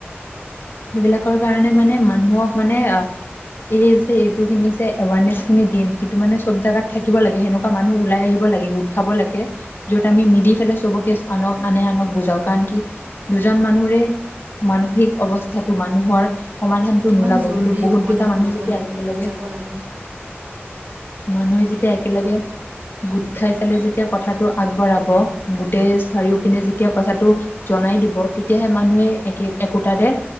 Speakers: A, on the left (about 55°); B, on the right (about 55°).
A: সেইবিলাকৰ কাৰণে মানে মানুহক মানে আহ এই যে এইটো খিনি যে এৱাৰনেছ খিনি দিম, সেইটো মানে চব জাগাত থাকিব লাগে, সেনেকুৱা মানুহ ওলাই আহিব লাগে। <unintelligible> লাগে, য'ত আমি মিলি পেলাই চবকে, আনক আনে আনক বুজাও। কাৰণ কি দুজন মানুহৰে মানসিক অৱস্থাটো মানুহৰ সমাধানতটো
B: কিমান
A: নোলাব,
B: জৰুৰী
A: কিন্তু বহুত
B: সমাধান
A: কেইটা মানুহে
B: ওলাব
A: যেতিয়া
B: লাগে
A: একেলগে
B: বুজাব লাগে
A: মানুহে যেতিয়া একেলগে গোট খাই পেলাই যেতিয়া কথাটো আগবঢ়াব, গোটেই চাৰিওপিনে যেতিয়া কথাটো জনাই দিব, তেতিয়াহে মানুহে একে-একোটাৰে